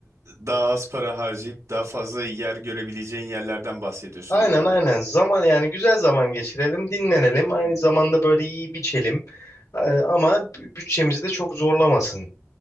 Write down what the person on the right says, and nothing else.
daha az para harcayıp daha fazla yer görebileceğin yerlerden bahsediyorsun
herhalde.
Hı hı.